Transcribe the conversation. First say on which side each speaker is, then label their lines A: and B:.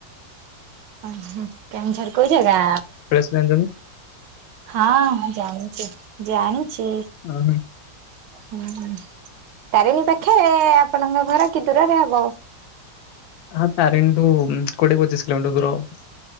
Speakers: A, on the right; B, on the left.
A: ଓ ହୋ କେଉଁଝର କୋଉ ଜାଗା?
B: ନନ <unintelligible>
A: ହଁ ଜାଣିଛି ଜାଣିଛି
B: ଓହୋ
A: ହୁଁ ତାରିଣୀ ପାଖେ ଆପଣଙ୍କ ଘର କି ଦୂରରେ ହବ?
B: ହଁ ତାରିଣୀ ଠୁ କୋଡିଏ ପଚିଶି କିଲୋ ମିଟର ଦୂର ହବ।